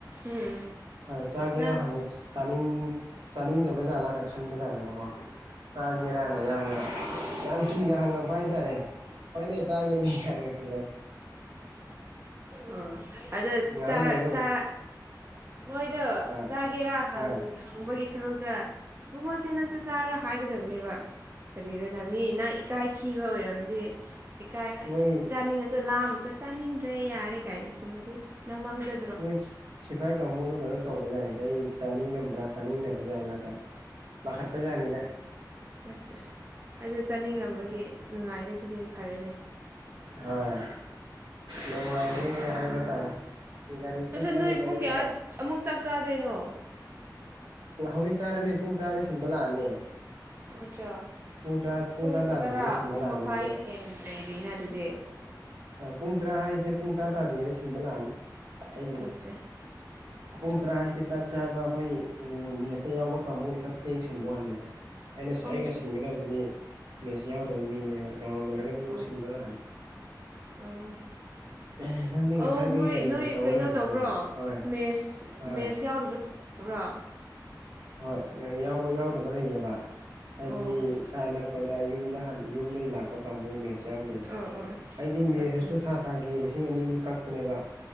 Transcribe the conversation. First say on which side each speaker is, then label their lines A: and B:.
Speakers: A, on the right (about 30°); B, on the right (about 80°).
A: ꯎꯝ
B: ꯍꯣꯏ ꯆꯥꯒꯦꯔꯥ
A: ꯅꯪ
B: ꯍꯪꯉꯦꯥꯅꯤꯡ ꯆꯥꯅꯤꯡꯗꯕ ꯖꯥꯠꯂꯥꯒ ꯈꯟꯕꯖꯥꯠꯅꯦꯕꯀꯣ ꯆꯥꯒꯦꯔꯥꯅ ꯌꯥꯝꯅ ꯌꯥꯝ ꯀꯤꯅ ꯍꯪꯉꯛꯄ ꯍꯥꯏꯇꯥꯔꯦ ꯍꯣꯏꯅꯦꯆꯒꯦꯅꯤ ꯌꯥꯔꯦꯒꯔ
A: ꯑꯣ ꯑꯗ
B: ꯉꯥꯏꯍꯥꯛ
A: ꯆꯥꯔ
B: ꯂꯩꯔꯒ
A: ꯆꯥꯔꯥ ꯃꯣꯏꯗꯣ
B: ꯍꯣꯏ
A: ꯆꯥꯒꯦꯔꯥ ꯍꯥꯡ
B: ꯍꯣꯏ
A: ꯍꯣꯡꯕꯒꯤ ꯁꯔꯨꯛꯇ ꯊꯣꯡꯉꯁꯦ ꯅꯪ ꯆꯥꯛ ꯆꯥꯔ ꯍꯥꯏꯒꯗꯕꯅꯦꯕ ꯀꯔꯤꯔꯣ ꯅꯃꯤ ꯅꯪ ꯏꯀꯥꯏ ꯊꯤꯕ ꯑꯣꯏꯔꯝꯗꯦ ꯏꯀꯥꯏꯒ
B: ꯃꯣꯏ
A: ꯆꯥꯅꯤꯡꯉꯁꯨ ꯂꯥꯝꯃꯁꯨ ꯆꯥꯅꯤꯡꯗ꯭ꯔꯦ ꯌꯥꯔꯦ ꯀꯥꯏꯅ ꯈꯪꯃꯗꯤ ꯅꯪ ꯃꯥꯡꯖ
B: ꯃꯣꯏ ꯁꯤꯐꯥꯏ ꯀꯥꯡꯕꯨꯗꯣ ꯀꯩꯅꯣ ꯇꯧꯕꯖꯥꯠꯅꯤꯗ ꯑꯩ ꯆꯥꯅꯤꯡꯉꯝꯕ꯭ꯔꯥ ꯆꯥꯅꯤꯡꯗꯕꯖꯥꯠꯂꯒ ꯃ ꯃꯈꯠꯄꯖꯅꯤꯗ
A: ꯑꯆꯥ ꯑꯗꯨ ꯆꯥꯅꯤꯡꯝꯕꯒꯤ ꯅꯨꯡꯉꯥꯏꯔꯦ ꯑꯗꯨꯗꯤ ꯐꯔꯦꯅꯦ
B: ꯍꯣꯏ ꯅꯨꯡꯉꯥꯏꯅꯤ ꯍꯥꯏꯕ ꯇꯥꯔꯦ ꯒꯥꯔꯤ ꯈꯥ
A: ꯑꯗꯨ
B: ꯆꯂꯤꯅꯑꯩ
A: ꯅꯣꯏ ꯄꯨꯡ ꯀꯌꯥ
B: ꯖꯒꯥ
A: ꯑꯃꯨꯛ ꯆꯥꯛ ꯆꯥꯗꯣꯏꯅꯣ
B: ꯍꯧꯖꯤꯛ ꯆꯥꯔꯅꯤ ꯄꯨꯡ ꯇꯔꯥꯗ ꯁꯤꯟꯕ ꯂꯥꯛꯑꯅꯤ
A: ꯑꯆꯥꯥ
B: ꯄꯨꯡ ꯇꯔꯥ
A: ꯄꯨꯡ
B: ꯇꯥꯗ꯭ꯔꯤꯉꯩꯗ
A: ꯇꯔꯥ
B: ꯁꯤꯟꯕ
A: ꯄꯨꯡ
B: ꯂꯥꯛꯑꯅꯤ
A: ꯃꯈꯥꯏ
B: ꯑꯗꯣ
A: ꯍꯦꯟ ꯂꯩꯔꯤꯅ ꯑꯗꯨꯗꯤ
B: ꯄꯨꯡ ꯇꯔꯥ ꯍꯥꯏꯔꯤꯁꯦ ꯄꯨꯡ ꯇꯔꯥ ꯇꯥꯗ꯭ꯔꯤꯉꯩꯗ ꯁꯤꯟꯕ ꯂꯥꯛꯑꯅꯤ ꯑꯩꯒꯤꯗꯤ
A: ꯑꯠꯆꯥ
B: ꯄꯨꯡ ꯇꯔꯥ ꯍꯥꯏꯁꯦ ꯆꯥꯛ ꯆꯥꯕ ꯑꯩꯈꯣꯏ ꯃꯦꯁꯇ ꯌꯥꯎꯕ ꯀꯥꯡꯥꯕꯨꯅ ꯈꯔ ꯊꯦꯡ ꯁꯤꯟꯕ ꯋꯥꯅꯦꯕ ꯑꯩꯅ
A: ꯑꯣ
B: ꯑꯩꯒ ꯁꯤꯟꯒꯗꯕꯗꯤ ꯃꯕꯦꯠꯁ ꯌꯥꯎꯗꯕ ꯃꯤꯅꯦꯕ ꯔꯥꯎꯟ ꯂꯣꯏꯔꯒ ꯑꯗꯨꯝ
A: ꯑꯣ
B: ꯁꯤꯟꯕ ꯂꯥꯛꯑꯅꯤ
A: ꯑꯣ
B: ꯑꯦ ꯅꯪꯗꯤ
A: ꯑꯣ
B: ꯉꯁꯥꯏꯗꯒꯤ
A: ꯃꯣꯏ
B: ꯀꯔꯤ
A: ꯅꯣꯏ
B: ꯀꯔꯤ ꯇꯧ
A: ꯀꯩꯅꯣ
B: ꯂꯩꯔꯕꯣ
A: ꯇꯧꯕ꯭ꯔꯣ
B: ꯍꯣꯏ
A: ꯃꯦꯁ
B: ꯍꯣꯏ
A: ꯃꯦꯁ ꯌꯥꯎꯗꯕ ꯌꯥꯕ꯭ꯔꯣ
B: ꯍꯣꯏ ꯌꯥꯎꯕ ꯌꯥꯎꯗꯕ ꯂꯩꯌꯦꯕ ꯍꯥꯏꯗꯤ
A: ꯑꯣ
B: ꯁꯥꯟꯅꯛꯄꯗ ꯌꯨꯝꯗ ꯌꯨꯝꯗꯒꯤ ꯂꯥꯛꯄ ꯀꯛꯄ ꯀꯥꯡꯕꯨ ꯃꯦꯠꯆ ꯌꯥꯎꯗꯦꯕ
A: ꯑꯣ ꯑꯣ
B: ꯍꯥꯏꯗꯤ ꯃꯦꯠꯆꯁꯤꯁꯨ
A: ꯑꯆꯥ
B: ꯊꯥ ꯊꯥꯒꯤ ꯂꯤꯁꯤꯡ ꯑꯅꯤ ꯑꯅꯤ ꯀꯛꯄꯅꯦꯕ